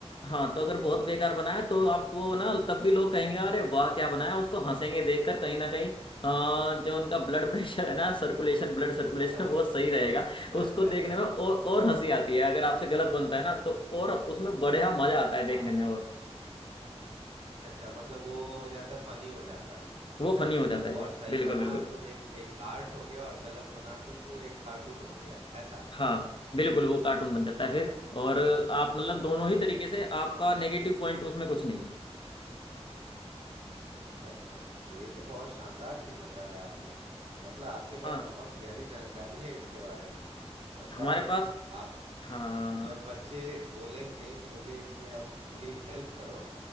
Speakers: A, on the left (about 50°); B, on the right (about 65°).
A: हाँ तो अगर बहुत बेकार बनाया तो आपको ना तब भी लोग कहेंगे अरे वाह क्या बनाया उसको हंसेंगे देखकर कहीं ना कहीं अ, जो उनका ब्लड प्रेशर है ना सर्कुलेशन ब्लड सर्कुलेशन
B: <laughs>
A: <laughs> वो सही रहेगा
B: अच्छा
A: उसको देखने
B: अच्छा
A: में और और हंसी आती है अगर आपसे गलत बनता है ना तो और उसमें बढ़िया मजा आता है देखने
B: आ-
A: में और
B: अच्छा अच्छा मतलब वो हो जाता है फनी हो जाता है
A: वो
B: है
A: फनी
B: ना
A: हो जाता है फिर
B: और सही
A: बिल्कुल
B: बना
A: बिल्कुल
B: तो एक एक आर्ट हो गया और गलत बना तो वो एक कार्टून हो गया ऐसा
A: हाँ बिल्कुल वो कार्टून बन जाता है फिर
B: वाह
A: और आप मतलब दोनों ही तरीके से आपका नेगेटिव पॉइंट उसमें कुछ नहीं है
B: अच्छा अच्छा अच्छा ये तो बहुत शानदार चीज बताया आपने मतलब आपके पास
A: हाँ
B: बहुत गहरी जानकारी है इसके बारे में मतलब
A: हमारे पास
B: आप
A: हाँ
B: जब बच्चे बोलेंगे कि मुझे इसमें अब पूरी हेल्प करो